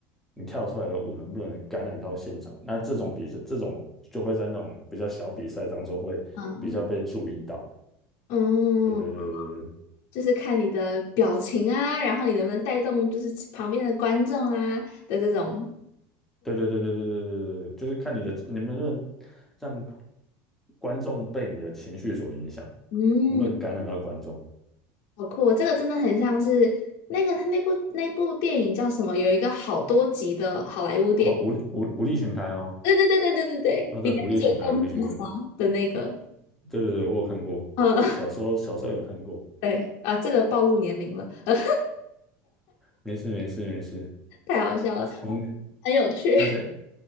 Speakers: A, in the centre; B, on the left.
A: 你跳出来的舞能不能感染到现场？那这种比赛，这种就会在那种比较小比赛当中会比较被注意到。
B: 嗯嗯，
A: 对对对
B: 就是看你的表情啊，然后你能不能带动就是旁边的观众啊的这种。
A: 对对对对对对对对对对，就是看你的你能不能让观众被你的情绪所影响，
B: 嗯，
A: 能不能感染到观众？
B: 好酷哦这个真的很像是那个那部那部电影叫什么？有一个好多集的好莱坞电影。
A: 哦，武力武武力全开哦，
B: 对对对对对对对，
A: 啊对，
B: 里面不是有叫木华的那个？
A: 武力全开，武力全开，对对对，我有看过，
B: 嗯，
A: 小时候小时候有看过，
B: <laughs> 对啊，这个暴露年龄了，<laughs> 呃，
A: 没事没事没事，
B: 太好笑了，
A: 从
B: <laughs> 很有趣。
A: 大家